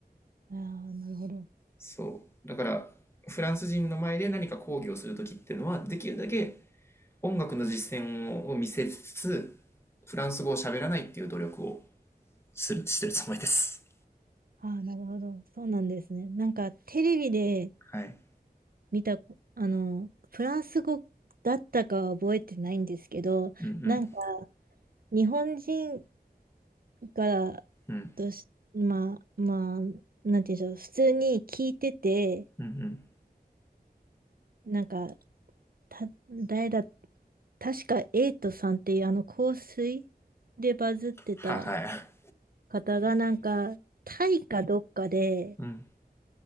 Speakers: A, on the right (about 65°); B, on the left (about 15°).
A: ー、あーなるほど。
B: そう。だから、フランス人の前で何か講義をするときっていうのは、できるだけ音楽の実践を見せつつ、フランス語を喋らないっていう努力をする、してるつもりです。
A: ああ、なるほど。そうなんですね。なんか、テレビで
B: はい。
A: 見た、あの、フランス語だったかは覚えてないんですけど、
B: うんうん、
A: なんか、日本人から
B: うん、
A: とし、まあ、まあ、なんて言うんでしょう、普通に聞いてて、
B: うんうん。
A: なんか、た、誰だ、確かエイトさんっていうあの香水でバズってた
B: はいはい。
A: 方がなんかタイかどっかで
B: うん、